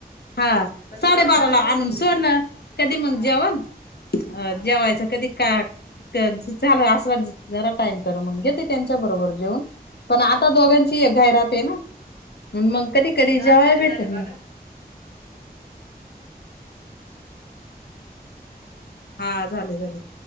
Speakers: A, on the left; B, on the left.
A: हा
B: पण
A: साडेबारा
B: तेव्हा दळण
A: ला
B: घेऊन
A: आणून सोडलं कधी मग
B: हा
A: जेवण
B: हा
A: अ जेवा यचं कधी का क झाला असंच जरा टाईम तर म घेते त्यांच्या बरोबर जेऊन पण आता दोघांची एक घाय राहते ना मग कधी कधी
B: दहा
A: जेवाय
B: मिनटं
A: भेटत
B: झाले
A: नाय.
B: बघा
A: हा झाले झाले.